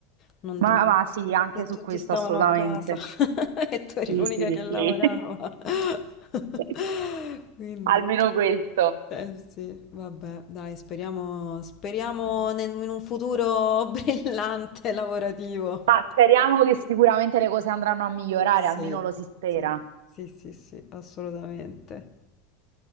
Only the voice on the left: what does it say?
non...
non-
se
tutti
stavano
a casa <laughs> e tu eri
l'unica
che lavorava.
<laughs>
Quindi,
eh sì, vabbè, dai, speriamo, speriamo nel- in un futuro <laughs> brillante lavorativo.
Sì,
sì, sì, sì, sì, assolutamente.